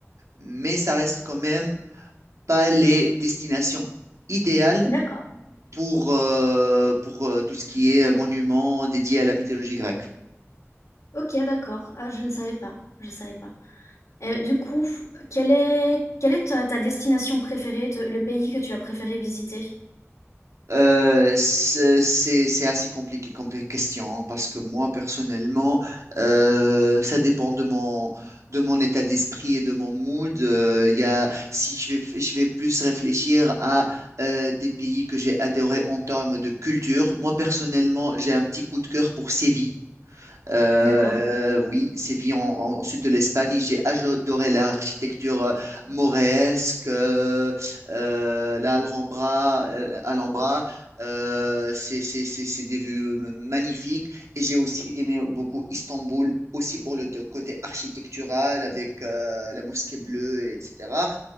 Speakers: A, on the right (about 80°); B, on the left (about 80°).
A: mais ça reste quand même pas les destinations idéales
B: D'accord.
A: pour, euh, pour euh, tout ce qui est monument dédié à la mythologie grecque.
B: Ok, d'accord. Ah, je ne savais pas. Je savais pas. Heu, du coup, quelle est quelle est ta ta destination préférée, te le pays que tu as préféré visiter?
A: Euh, c'est c'est- c'est assez compliqué comme question parce que moi personnellement, euh, ça dépend de mon de mon état d'esprit et de mon mood. Euh, Il y a, si je vais je vais plus réfléchir à euh, des pays que j'ai adorés en termes de culture. Moi personnellement, j'ai un petit coup de cœur pour Séville. Euh,
B: D'accord.
A: oui, Séville en, en- en sud de l'Espagne, j'ai adoré l'architecture euh, mauresque, euh, euh, la Alhambra, euh, Alhambra, euh, c'est c'est- c'est- c'est des vues euh, magnifiques. Et j'ai aussi aimé beaucoup Istanbul, aussi pour le t- côté architectural, avec euh, la mosquée bleue, etc.